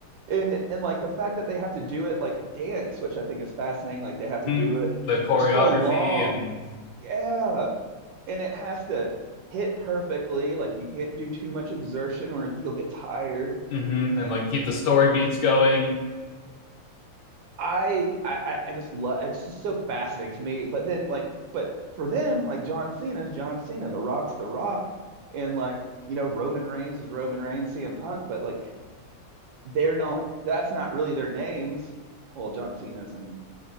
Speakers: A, on the right; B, on the left.
A: and and like the fact that they have to do it like a dance, which I think is fascinating. Like they have to do
B: <laughs>
A: it
B: the choreography
A: for so long,
B: and
A: yeah, and it has to hit perfectly. Like you can't do too much exertion, or you'll get tired.
B: mhm,
A: And
B: and like keep the story beats going.
A: I I I- just love it's just so fascinating to me. But then like but for them like John Cena's John Cena, The Rock's The Rock, and like you know Roman Reigns is Roman Reigns, CM Punk, but like they're not that's not really their names. Well, John Cena's and